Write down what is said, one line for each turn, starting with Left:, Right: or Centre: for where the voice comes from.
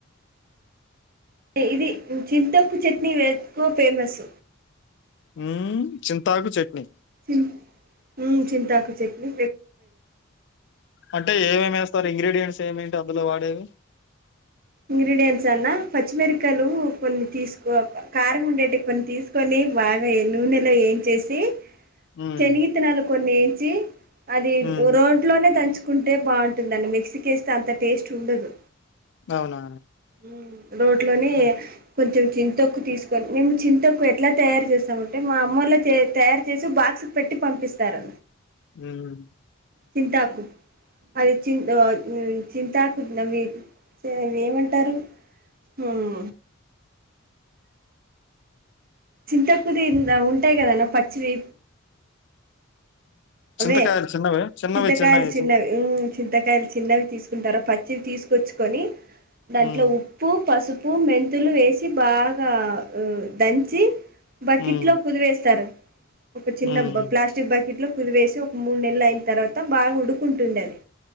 Right: ఇది చింతొక్కు చట్నీ ఎక్కువ ఫేమస్
Left: ఉమ్ చింతాకు చట్నీ
Right: హుమ్ ఊమ్ చింతాకు చెట్నీ
Left: అంటే ఏమేమి వేస్తారు ఇంగ్రీడియంట్స్ ఏమేంటి అందులో వాడేవి
Right: ఇంగ్రీడియంట్స్ అన్నా పచ్చిమిరక్కయలు కొన్ని తీసుకో కారం ఉండేటివి కొన్ని తీసుకొని, బాగా నూనెలో వేయించేసి
Left: హ్మ్.
Right: చెని గిత్తనాలు కొన్ని వేంచి అది
Left: హ్మ్.
Right: రోట్లోనే దంచు కుంటే బాగుంటుందని మిక్సీకి వేస్తే అంత టేస్ట్ ఉండదు
Left: అవునా?
Right: హ్మ్ రోట్లోనే
Left: హ్మ్.
Right: కొంచెం చింతొక్కు తీసుకొని మేము చింతొక్కు ఎట్లా తయారు చేస్తామంటే మా అమ్మ వాళ్ళే తె తయారు చేసి బా క్స్ పెట్టి పంపిస్తారు
Left: ఉమ్
Right: చింతాకు అది చింత్ చింతాకునవి అవీ ఏమంటారు హ్మ్ చింతొక్కుది అవి ఉంటాయి కదన్న పచ్చివీ అవే
Left: చింతకాయలు చిన్నవా? చిన్నవి
Right: చింతకాయలు చిన్నవి
Left: చి
Right: ఉమ్ చిం తకాయలు చిన్నవి తీసుకుంటారాపచ్చిని తీసుకొచ్చుకొని దాంట్లో
Left: హ్మ్.
Right: ఉప్పు పసుపు ఉప్పు మెంతులు వేసి బాగా దంచి బకిట్
Left: హ్మ్.
Right: లో పుదివేస్తారు ఒక చిన్న
Left: హ్మ్.
Right: బ ప్లాస్టిక్ బకెట్ లో కుదివేసి ఒక మూడు నెలలు అయిన తర్వాత బాగా ఉడుకుంటుంది అది